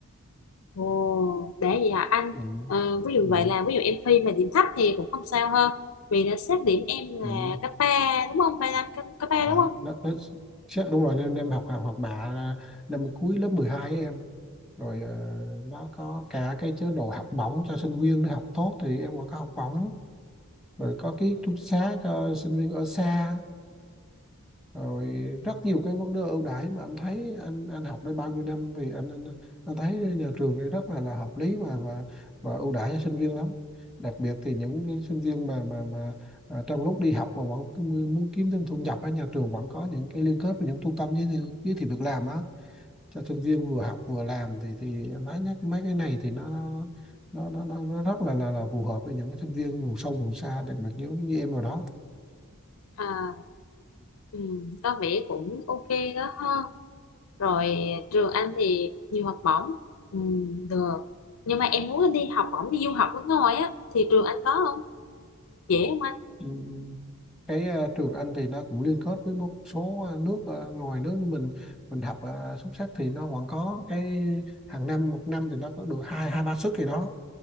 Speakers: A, on the left; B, in the centre.
A: ồ để vậy hả anh
B: ừ.
A: Ờ, ví dụ
B: Ừ.
A: vậy là ví dụ em thi mà điểm thấp thì cũng không sao hơn vì đã xếp điểm em là
B: Ừ.
A: cấp ba đúng không ba năm cấp, cấp 3
B: à,
A: đúng không
B: đó, đó, chắc đúng rồi nên em học học học bạ là năm cuối lớp 12 ấy em rồi ờ, nó có cả cái chế độ học bổng cho sinh viên nó học tốt thì em còn có học bổng rồi có ký túc xá cho sinh viên ở xa rồi rất nhiều cái vấn đề ưu đãi mà anh thấy anh anh học đây bao nhiêu năm vì anh anh, anh thấy nhà trường đây rất là là hợp lý và và và ưu đãi cho sinh viên lắm đặc biệt thì những cái sinh viên mà mà mà à, trong lúc đi học mà vẫn cứ mu- muốn kiếm thêm thu nhập ở nhà trường vẫn có những cái liên kết với những trung tâm giới thiệu giới thiệu việc làm á cho sinh viên vừa học vừa làm thì thì anh nói nhắc mấy cái này thì nó nó nó nó, nó rất là là là phù hợp với những cái sinh viên vùng sâu vùng xa đặc biệt như như em rồi đó
A: à, ừ, có vẻ cũng ok đó ha rồi trường anh thì nhiều học bổng ừ, được nhưng mà em muốn đi học bổng đi du học nước ngoài á thì trường anh có không dễ không
B: Ừ, cái ờ, trường Anh thì nó cũng liên kết với một số ờ, nước ờ, ngoài nước của mình mình học ờ, xuất sắc thì nó vẫn có cái hàng năm một năm thì nó có được hai hai ba suất gì đó